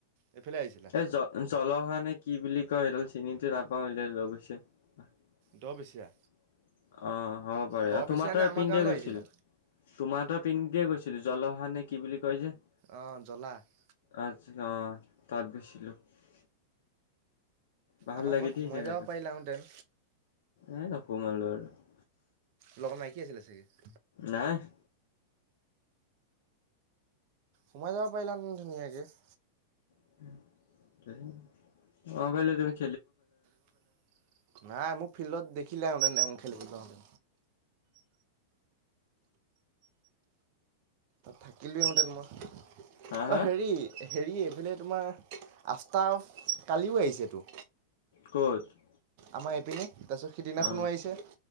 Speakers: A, on the right; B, on the left.
A: এইফালে আহিছিলা
B: এই যত <unintelligible> জল অহা নে কি বুলি কয় সেইডাল চিনিতো নাপাওঁ সেইডাল লৈ গৈছে। <unintelligible> আহ!
A: দ বেচিয়া।
B: হ'ব পাৰে।
A: দ বেচিয়া
B: তোমাৰ হঁতৰ
A: নে
B: এইপিনদে
A: আমাৰ গাঁৱলৈ
B: গৈছিল।
A: আহিছিলা?
B: <unintelligible> তোমাৰহঁতৰ পিনে দিয়ে গৈছিল। জল অহা নে কি বুলি কয় যে? <unintelligible>
A: অঁ! জ্বলা? <unintelligible>
B: আতছা তাত গৈছিলোঁ। <unintelligible> ভাল
A: আমাৰ
B: লাগে
A: ঘৰত
B: দেই
A: সোমাই
B: জেগাটো।
A: যাব পাৰিলাহেঁতেন।
B: এ নুসোমালো আৰু <unintelligible>
A: লগত মাইকী আছিলে চাগে <unintelligible>
B: নাই। <unintelligible>
A: সোমাই যাব পাৰিলাহেঁতেন ধুনীয়াকে। <unintelligible>
B: <unintelligible> অঁ এইয়াৰ পৰাই লৈ যাবি <unintelligible>
A: <inaudible> নাই মোক ফিল্ডত দেখিলে মানে <unintelligible> খেলিবলৈ যাওঁঁতে। থাকিলোৱেহঁতেন মই <inaudible>
B: হা
A: অঁ!
B: হা
A: হেৰি হেৰি এইফালে তোমাৰ <unintelligible> কালিও আহিছেটো।
B: ক'ত? <inaudible>
A: আমাৰ এইপিনে। তাৰপিছত সিদিনাখনো
B: অ
A: আহিছে